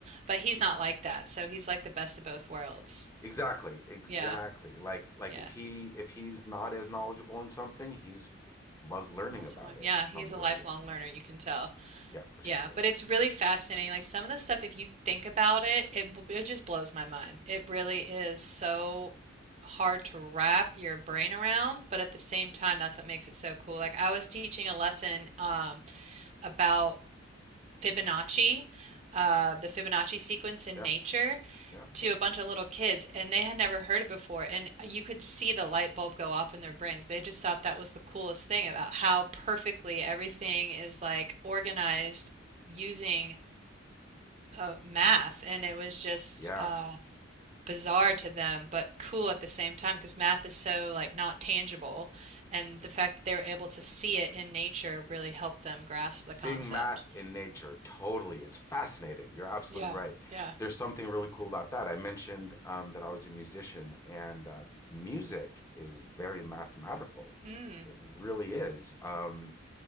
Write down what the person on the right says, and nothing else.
but he's
not like that. So he's like the best of both worlds.
Yeah,
yeah.
He wants
to learn.
Yeah,
he's
a lifelong
learner, you can tell.
Yeah,
but it's really fascinating. Like some of the stuff, if you think about it, it b- it just blows my mind. It really is so hard to wrap your brain around, but at the same time, that's what makes it so cool. Like I was teaching a lesson um, about Fibonacci, uh, the Fibonacci sequence in
nature,
to a bunch of little kids, and they had never heard it before. And you could see the light bulb go off in their brains. They just thought that was the coolest thing about how perfectly everything is like organized using uh, math, and it was just
uh, bizarre to them, but cool at the same time because math is so like not tangible, and the fact that they were able to see it in nature really helped them grasp
the concept.
Yeah,
yeah.
Hmm.